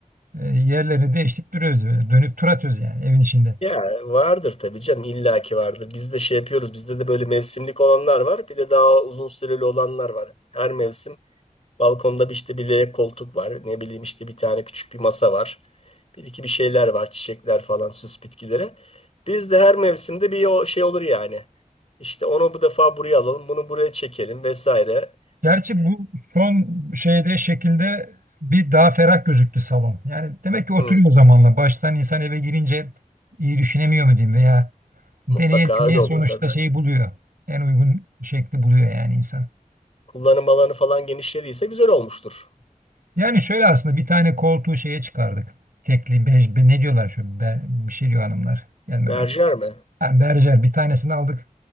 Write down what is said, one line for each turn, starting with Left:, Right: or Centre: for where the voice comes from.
Right: e, yerlerini değiştirip duruyoruz böyle. Dönüp tur atıyoruz yani evin içinde.
Left: Ya vardır tabii canım illaki vardır. Biz de şey yapıyoruz. Bizde de böyle mevsimlik olanlar var. Bir de daha uzun süreli olanlar var. Her mevsim Balkonda bir işte bir L koltuk var. Ne bileyim işte bir tane küçük bir masa var. Bir iki bir şeyler var. Çiçekler falan süs bitkileri. Biz de her mevsimde bir o şey olur yani. İşte onu bu defa buraya alalım. Bunu buraya çekelim vesaire.
Right: Gerçi bu son şeyde şekilde bir daha ferah gözüktü salon. Yani demek ki oturuyor
Left: Hı,
Right: zamanla. Baştan insan eve girince iyi düşünemiyor mu diyeyim veya deneye
Left: mutlaka
Right: deneye
Left: öyle oluyor
Right: sonuçta
Left: tabii.
Right: şeyi buluyor. En uygun şekli buluyor yani insan.
Left: Kullanım alanı falan genişlediyse güzel olmuştur.
Right: Yani şöyle aslında bir tane koltuğu şeye çıkardık. Tekli, bej, be- ne diyorlar şu be, bir şey diyor hanımlar. Gelmedi
Left: Berjer
Right: aklıma.
Left: mi?
Right: Ha, berjer bir tanesini aldık.